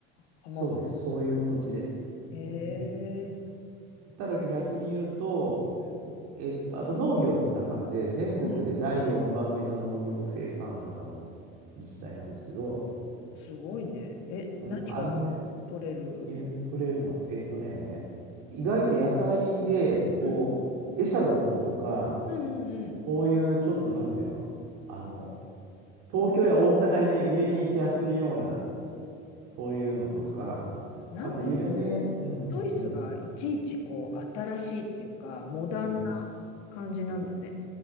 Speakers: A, on the left (about 75°); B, on the right (about 65°).
A: あ、浜松。
B: そうです。そういう土地です。
A: へえ、
B: うん。ただ逆に言うと、
A: うん。
B: えっと、あと農業も盛んで、全国で第4番目の農業生産高の
A: うん、
B: 自治体なんですけど、
A: すごいね。え、
B: うん、
A: 何が
B: あの辺、
A: 取れる
B: ユークレーの、えっとね、意外と野菜で、こう、
A: うん。
B: エシャロットとか、
A: うんうんうん。
B: そういうちょっとなんていうの、あの、東京や大阪に売りに行きやすいような、そういうのとか、
A: あーなんかこう、
B: あと有名、うん、
A: チョイスがいちいちこう、
B: うん、
A: 新しいっていうか、モダンな感じなんだね。
B: ね、そ